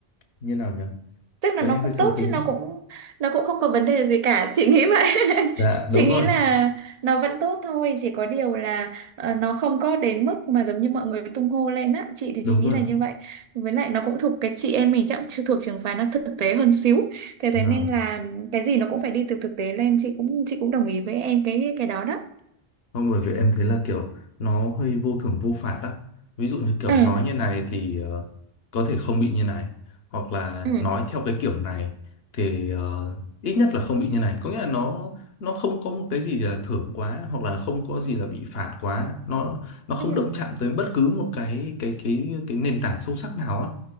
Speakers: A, on the left; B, on the right.
A: như nào nhỉ
B: tức là
A: cái
B: nó
A: này hơi
B: cũng
A: sâu
B: tốt
A: tính
B: chứ nó cũng nó cũng không có vấn đề gì cả chị nghĩ vậy <laughs>
A: dạ
B: chị
A: đúng
B: nghĩ
A: rồi
B: là nó vẫn tốt thôi chỉ có điều là ờ, nó không có đến mức mà giống như mọi người tung hô lên á chị thì
A: đúng
B: chị nghĩ
A: rồi
B: là như vậy với lại nó cũng thuộc cái chị em mình chắc cũng chưa thuộc trường phái nó thực tế hơn xíu thế thế
A: Rồi.
B: nên là cái gì nó cũng phải đi từ thực tế lên chị cũng chị cũng đồng ý với em cái cái đó đó
A: Không, bởi vì em thấy là kiểu nó hơi vô thưởng vô phạt á. Ví dụ như kiểu
B: ừ
A: nói như này thì ờ, có thể không bị như này. Hoặc là
B: ừ
A: nói theo cái kiểu này thì ờ, ít nhất là không bị như này. Có nghĩa là nó nó không có một cái gì là thưởng quá hoặc là không có gì là bị phạt quá. Nó nó không
B: ừ
A: động chạm tới bất cứ một cái cái cái cái nền tảng sâu sắc nào á.